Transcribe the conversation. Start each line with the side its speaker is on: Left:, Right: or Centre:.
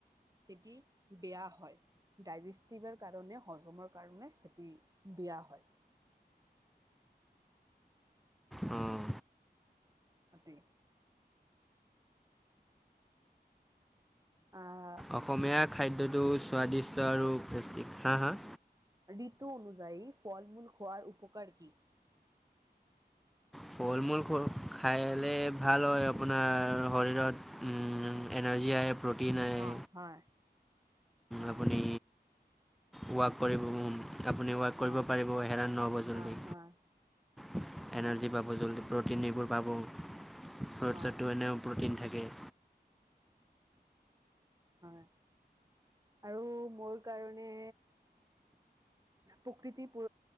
Right: চেতি বেয়া হয়। ডায়জেষ্টিভৰ কাৰণে হজমৰ কাৰনে চেতি বেয়া হয়।
Centre: উম।
Right: অ' ঠিক অ'।
Centre: অসমীয়া খাদ্যটো স্বাদদিষ্ট আৰু পৌষ্টিক, হাঁ হাঁ?
Right: ঋতু অনুুযায়ী ফল মূল খোৱাৰ উপকাৰ কি?
Centre: ফল মূল খাইে ভাল হয়, আপোনাৰ শৰীৰত এনাৰ্জি আহে, প্ৰোটিন আহে
Right: হয় হয় হয়
Centre: আপুনি ওৱাক কৰিব আপুনি ওৱাক
Right: হয়
Centre: কৰিব পাৰিব হেৰাণ নহ'ব জল্দি,
Right: হয় হয়
Centre: এনাৰ্জি
Right: হয়
Centre: পাব। জল্দি প্ৰ'টিন এইবোৰ পাব, ফ্ৰুটছতটো
Right: হয়
Centre: এনেও প্ৰ'টিন থাকেই।
Right: হয়। আৰু মোৰ কাৰণে প্ৰকৃতি পু